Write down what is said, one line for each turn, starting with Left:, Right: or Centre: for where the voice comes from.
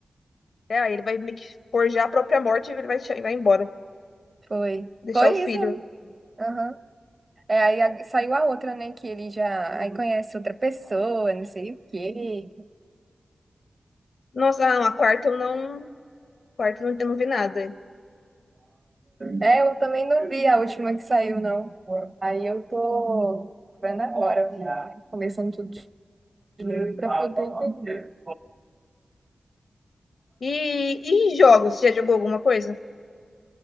Left: É, aí ele vai meio que forjar a própria morte e ele vai, vai embora.
Right: Foi.
Left: Deixar
Right: Foi
Left: o filho.
Right: isso. mesmo. Aham. É, aí a- saiu a outra, né? Que ele já aí conhece outra pessoa, não sei o quê.
Left: Nossa, ah, não, a quarta eu não. A quarta eu não, eu não vi nada.
Right: É, eu também não vi a última que saiu, não. Aí eu tô vendo agora, começando tudo de novo pra poder entender.
Left: E, e jogos? Você já jogou alguma coisa? <laughs>